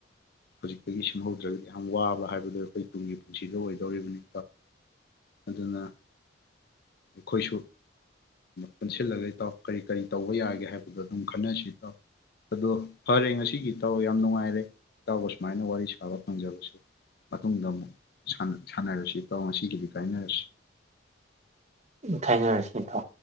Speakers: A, on the left; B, on the right.
A: ꯍꯧꯖꯤꯛꯇꯒꯤ ꯁꯦꯝꯍꯧꯗ꯭ꯔꯒꯗꯤ ꯌꯥꯝ ꯋꯥꯕ ꯍꯥꯏꯕꯗꯣ ꯑꯩꯈꯣꯏ ꯇꯨꯡꯒꯤ ꯄꯨꯟꯁꯤꯗꯣ ꯑꯣꯏꯗꯧꯔꯤꯕꯅꯤ ꯑꯗꯨꯅ ꯑꯩꯈꯣꯏꯁꯨ ꯄꯨꯟꯁꯤꯜꯂꯒ ꯏꯇꯥꯎ ꯀꯔꯤ ꯀꯔꯤ ꯇꯧꯕ ꯌꯥꯒꯦ ꯍꯥꯏꯕꯗꯣ ꯑꯗꯨꯝ ꯈꯟꯅꯁꯤ ꯇꯥꯎ ꯑꯗꯣ ꯐꯔꯦ ꯉꯁꯤꯒꯤ ꯏꯇꯥꯎ ꯌꯥꯝ ꯅꯨꯡꯉꯥꯏꯔꯦ ꯏꯇꯥꯎꯒ ꯁꯨꯃꯥꯏꯅ ꯋꯥꯔꯤ ꯁꯥꯕ ꯐꯪꯖꯕꯁꯦ ꯃꯇꯨꯡꯗ ꯑꯃꯨꯛ ꯁꯥꯟꯅꯔꯁꯤ ꯇꯃꯁꯤ ꯀꯗꯤ ꯀꯥꯏꯅꯁꯤ
B: ꯊꯥꯏꯅꯔ ꯁꯤ ꯊꯣ